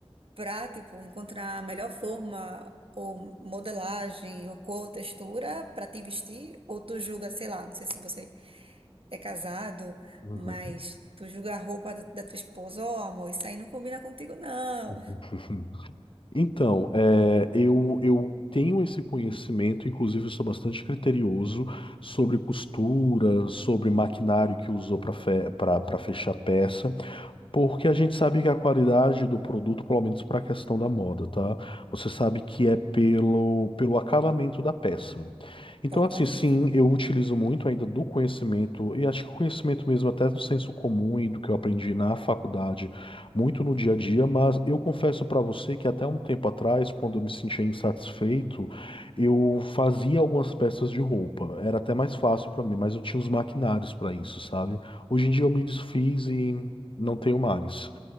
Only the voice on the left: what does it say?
Uhum.
<laughs> Então, é, eu, eu tenho esse conhecimento, inclusive eu sou bastante criterioso sobre costura, sobre maquinário que usou para fechar peça. Porque a gente sabe que a qualidade do produto, pelo menos para a questão da moda, tá? Você sabe que é pelo, pelo acabamento da peça. Então,
assim, sim, eu utilizo muito ainda do conhecimento, e acho que o conhecimento mesmo até do senso comum e do que eu aprendi na faculdade, muito no dia a dia, mas eu confesso para você que até um tempo atrás, quando eu me sentia insatisfeito, eu fazia algumas peças de roupa. Era até mais fácil para mim, mas eu tinha os maquinários para isso, sabe? Hoje em dia eu me desfiz e. Não tenho mares.